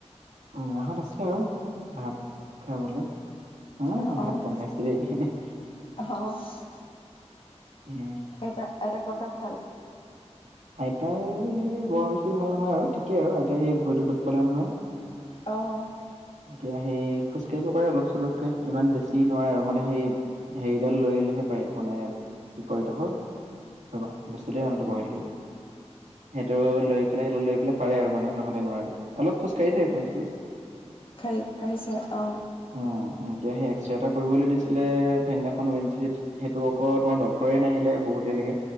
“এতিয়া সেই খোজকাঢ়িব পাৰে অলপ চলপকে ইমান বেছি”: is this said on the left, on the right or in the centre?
Right